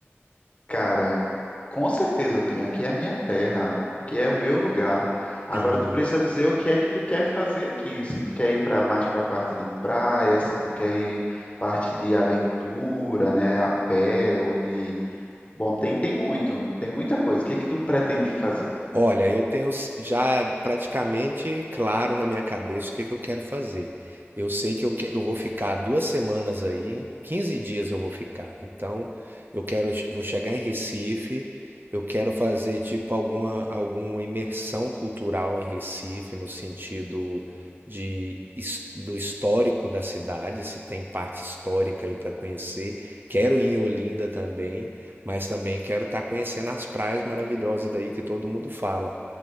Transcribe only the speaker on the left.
Cara, com certeza eu tenho. Aqui é a minha terra, aqui é o meu lugar. Agora
tu precisa dizer o que é que tu quer fazer aqui. Se tu quer ir para mais para a parte de praia, se tu quer ir parte de aventura, né, a pé ou de, bom, tem tem muito, tem muita coisa. O que é que tu pretende fazer?